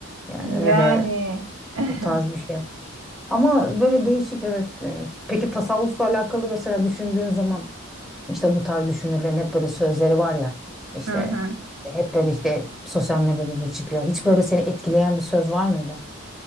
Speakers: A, in the centre; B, on the right.
A: Yani
B: Yani.
A: öyle
B: <laughs>
A: o tarz bir şey. Ama böyle değişik evet. e, Peki tasavvufla alakalı mesela düşündüğün zaman işte bu tarz düşünürlerin hep böyle sözleri var ya işte
B: Hı hı.
A: e, hep böyle işte sosyal medyada da çıkıyor. Hiç böyle seni etkileyen bir söz var mıydı?